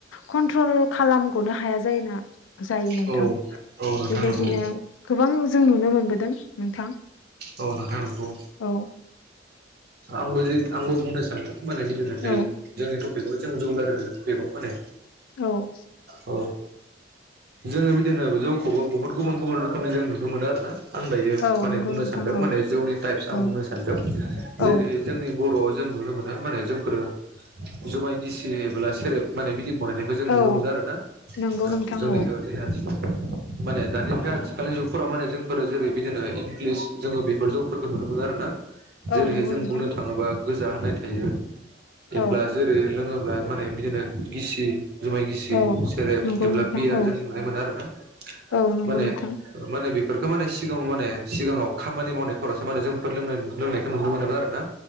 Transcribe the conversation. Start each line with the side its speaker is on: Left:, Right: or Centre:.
Left: कन्ट्रल खालामग'नो हाया जायोना। जायो नोंथां
Right: औ औ नोंथां
Left: बेबायदिनो
Right: नंगौ
Left: गोबां जों नुनो मोनबोदों नोंथां।
Right: औ नोंथां नंगौ
Left: औ
Right: आंबो आंबो बुंनो सानो माने बिदिनो
Left: औ
Right: बे जोंनि टपिकआव जों जुलार टपिकआव माने
Left: औ
Right: औ जोङो बिदिनो जौखौबो बुहुत गुबुन गुबुन रोखोमनि जों नुनो मोनो आरो ना। आं दायो
Left: औ
Right: माने
Left: नंगौ
Right: बुंनो
Left: नोंथां
Right: सानदों
Left: औ
Right: माने जौनि टाइप्स आं
Left: औ
Right: बुंनो सानदों जेरैहाय
Left: औ
Right: जोंनि बर' जों नुनो मोनो माने जोंफोरो जुमाय गिसियोब्ला सेरेब माने बिदि गनायनायखौ जों
Left: औ
Right: नुनो मोनो आर ना
Left: नंगौ नोंथां
Right: जोंनि
Left: औ
Right: जोंनि आसि माने दानि आथिखालनि जुगफोराव माने जोंफोरो जेरै बिदिनो इंलिस जोङो बेफोर जौफोरखौ नुनो मोनो आरो ना जेरैहाय
Left: औ नंगौ
Right: जों
Left: नोंथां
Right: बुंनो थाङोबा गोजा होननाय थायो। एब्ला
Left: औ
Right: जेरै लोङोब्ला माने बिदिनो गिसि जुमाय गिसि
Left: औ
Right: सेरेब
Left: नंगौ
Right: एब्ला
Left: नोंथां
Right: बियार
Left: औ
Right: जों नुनो मोनो आरो ना।
Left: औ नंगौ
Right: माने
Left: नोंथां
Right: माने बि बेफोरखौ माने सिगाङाव माने सिगाङाव खामानि मावनायफोरावसो माने जोंफोर लों लोंनायखौ नुनो मोनोमोन आरो ना।